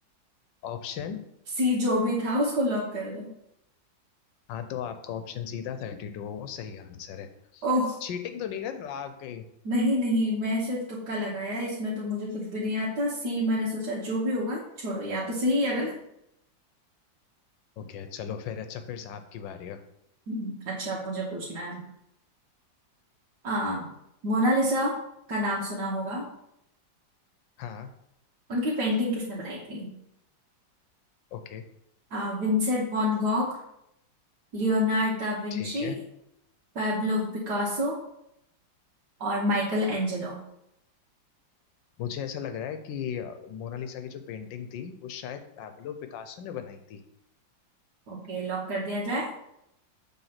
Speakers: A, on the left; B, on the right.
A: ऑप्शन
B: सी जो भी था उसको लॉक कर दो
A: हाँ तो आपका ऑप्शन सीधा थर्टी टू वो सही आंसर है
B: ओह
A: चीटिंग तो नहीं कर रहा आप कहीं
B: नहीं नहीं मैं सिर्फ तुक्का लगाया है, इसमें तो मुझे कुछ भी नहीं आता सी मैंने सोचा जो भी होगा छोड़ो या तो सही या गलत
A: ओके चलो फिर अच्छा फिर से आपकी बारी है
B: हम्म, अच्छा अब मुझे पूछना है आ मोनालिसा का नाम सुना होगा
A: हाँ
B: उनकी पेंटिंग किसने बनाई थी
A: ओके
B: आ, Vincent van Gogh Leonardo da Vinci
A: ठीक है
B: Pablo Picasso और माइकल एंजेलो
A: मुझे ऐसा लग रहा है कि अ, मोनालिसा की जो पेंटिंग थी वो शायद पाब्लो पिकासो ने बनाई थी
B: ओके लॉक कर दिया जाए